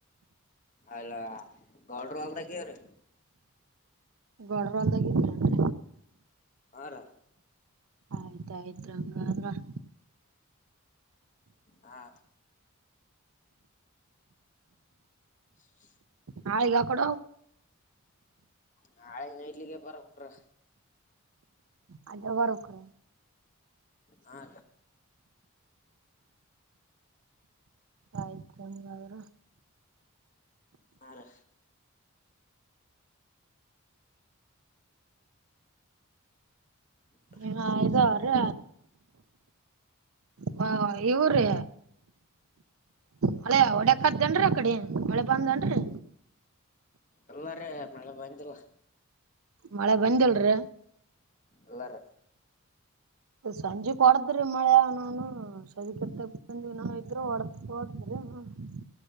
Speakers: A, on the left; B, on the right.
A: ಅಲ್ಲಾ ಗೌಡ್ರು ಗೆರೆ
B: ಗಡ್ರಲ್ದಾಗಿದ್ದೀರರಿ
A: ಹಾರಾ
B: <unintelligible> ಹಂಗಾಗ
A: ಹಾ <inaudible>
B: ಹಾಕಿ ಕೊಡೊ
A: ನಾಳೆ ಇಲ್ಲಿಗೆ ಬರಬೇಕಟ್ರ
B: <unintelligible>
A: ಹಾ
B: ಆಯ್ತ್ ಹಂಗಾದ್ರ
A: ಹಾರೀ <inaudible>
B: ಏನ ಇದು ರೀ ಹಾ ಇವ್ರೀ ಮಳಿ ಹೊಡೆಕಾದಂನ್ರೀ ಅಕಡೆ ಮಳೆ ಬಂದೇನ್ರಿ
A: ಇಲ್ಲಾರಿ ಮಳೆ ಬಂದಿಲ್ಲ
B: ಮಳೆ ಬಂದಿಲ್ರಿ
A: ಇಲ್ಲರೀ
B: ಸಂಜೆ ಕೊಡದ್ರಿ ಮಳೆ ನಾನು <unintelligible>